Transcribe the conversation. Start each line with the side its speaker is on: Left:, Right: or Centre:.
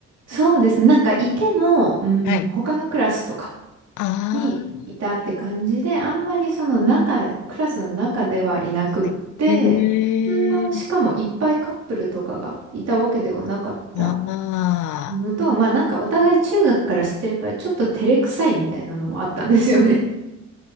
Right: そうですね。なんかいても、うん、
Left: はい。
Right: 他のクラスとか
Left: あ
Right: にいたって感じで、あんまりその中、クラスの中ではいなくって、
Left: あ、はい。へえ、
Right: んな、しかもいっぱいカップルとかがいたわけではなかった
Left: ああ、
Right: のと、まあなんかお互い中学から知ってるからちょっと照れくさいみたいなのもあったんですよね。